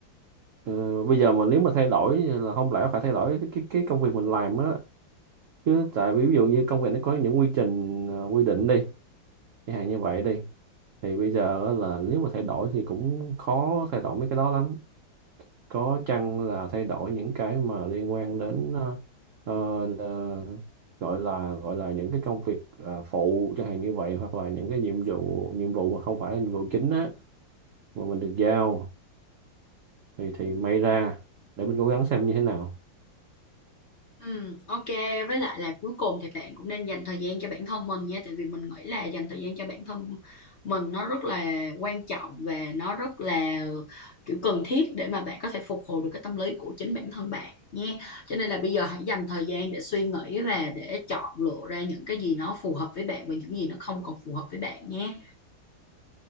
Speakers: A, on the right; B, on the left.
A: Ờ, bây giờ mà nếu mà thay đổi là không lẽ phải thay đổi cái cái, cái công việc mình làm á chứ tại vì ví dụ như công việc nó có những quy trình ờ, quy định đi chẳng hạn như vậy đi thì bây giờ á là nếu mà thay đổi thì cũng khó thay đổi mấy cái đó lắm có chăng là thay đổi những cái mà liên quan đến ờ, ờ, ờ, gọi là gọi là những cái công việc ờ, phụ chẳng hạn như vậy hoặc là những cái nhiệm vụ nhiệm vụ mà không phải là nhiệm vụ chính á mà mình được giao thì thì may ra để mình cố gắng xem như thế nào
B: Ừ, ok với lại là cuối cùng thì bạn cũng nên dành thời gian cho bản thân mình nha tại vì mình nghĩ là dành thời gian cho bản thân mình nó rất là quan trọng và nó rất là kiểu cần thiết để mà bạn có thể phục hồi được cái tâm lý của chính bản thân bạn nha cho nên là bây giờ hãy dành thời gian để suy nghĩ và để chọn lựa ra những cái gì nó phù hợp với bạn và những gì nó không còn phù hợp với bạn nhé